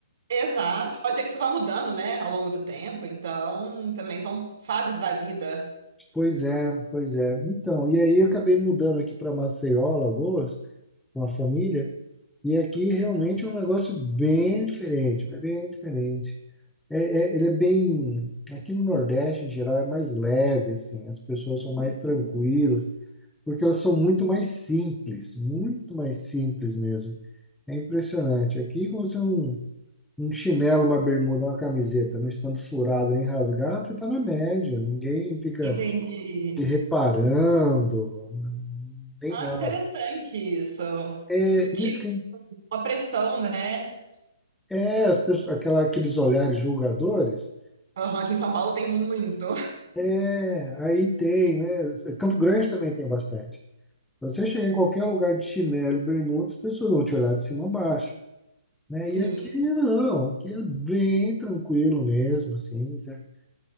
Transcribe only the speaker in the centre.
Pois é, pois é. Então, e aí eu acabei mudando aqui para Maceió, Alagoas, com a família, e aqui realmente é um negócio bem diferente, mas bem diferente. É, é- ele é bem. Aqui no Nordeste, em geral, é mais leve, assim. As pessoas são mais tranquilas, porque elas são muito mais simples, muito mais simples mesmo. É impressionante. Aqui, com você um, um chinelo, uma bermuda, uma camiseta, não estando furado nem rasgado, você está na média. Ninguém fica
te reparando, nem
nada.
É
isso que.
É, as pessoas, aquela, aqueles olhares julgadores.
É, aí tem, né? Campo Grande também tem bastante. Você chega em qualquer lugar de chinelo, e bermuda, as pessoas vão te olhar de cima a baixo, né?
E aqui não, aqui é bem tranquilo mesmo, assim, sabe?